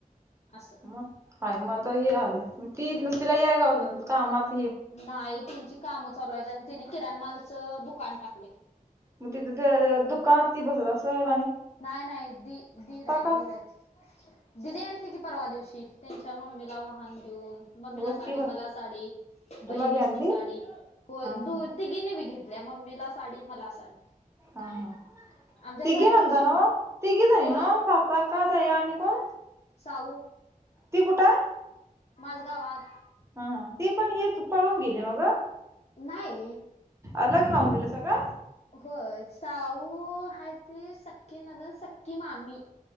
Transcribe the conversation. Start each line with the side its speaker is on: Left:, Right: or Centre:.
Left: असं.
Right: मग हाय मग आता हे ती नुस तिला याय घावत नसल कामात
Left: नाही त्यांची काम चालूयत आणि तेनि किरा मालचं दुकान टाकलंय.
Right: म तिथे तर दुकानात ती बसत असंल.
Left: नाय - नाय दि-दिर हायत
Right: का
Left: - दीर हायत दिदी आलती की परवा दिवशी त्यांच्या मम्मीला वहान घेऊन मम्मीला
Right: वट्टी
Left: साडी
Right: भात
Left: मला साडी
Right: तुला
Left: बहिणीसनी
Right: बी आणली
Left: साडी होय
Right: हा हा
Left: दो तिघींनी बी घेत ल्या मम्मीला साडी मला साडी
Right: हा - हा
Left: आमच्या
Right: तिघी
Left: दरवर्षी
Right: नंदा हं तिघी जणी
Left: होय
Right: ना साताका दया आणि कोण?
Left: साऊ
Right: ती कुठंय?
Left: माजगावात.
Right: हं - हं ती पण हीत पळून गेली ना ग?
Left: नाई.
Right: अलग लावून दिलं सगळ?
Left: होय साऊ आहे ती सख्खी नंणंद सख्खी मामी